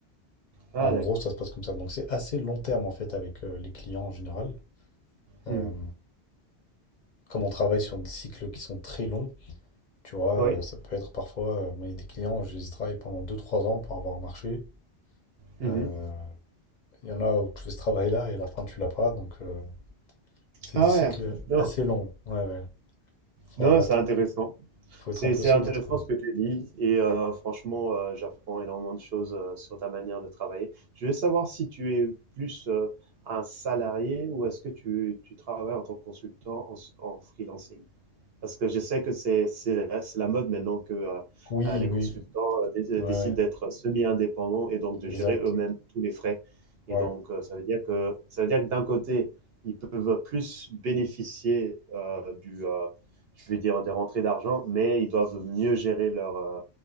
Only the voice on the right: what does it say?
Ah,
d'accord.
Mhm.
Oui.
Mhm.
Ah
ouais. Non,
non,
c'est intéressant.
C'est
c'est
intéressant
ce que tu dis et heu, franchement, heu, j'apprends énormément de choses, heu, sur ta manière de travailler. Je veux savoir si tu es plus, heu, un salarié ou est-ce que tu tu travailles en tant que consultant en s en freelancing? Parce que je sais que c'est c'est la c'est la mode maintenant que, heu
heu, les
consultants, heu, dé euh,
décident
d'être semi-indépendants et donc de
gérer eux-mêmes tous les frais
et donc heu, ça veut dire que ça veut dire que d'un côté, ils peuvent plus bénéficier, heu, du, heu, je vais dire des rentrées d'argent, mais ils doivent mieux gérer leurs, heu,